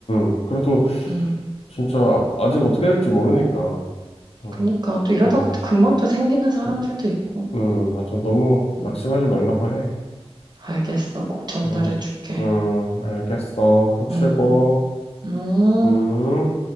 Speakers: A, on the left; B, on the right.
A: 응. 그래도
B: 음,
A: 진짜 아직 어떻게 될지 모르니까, 응,
B: 그니까. 또 이러다가
A: 응,
B: 금방 또 생기는 사람들도
A: 응,
B: 있고.
A: 응. 맞아. 너무
B: 음,
A: 낙심하지 말라고 해.
B: 알겠어. 꼭 전달해
A: 응,
B: 줄게.
A: 응, 알겠어. 푹 쉬고,
B: 음, 음.
A: 응.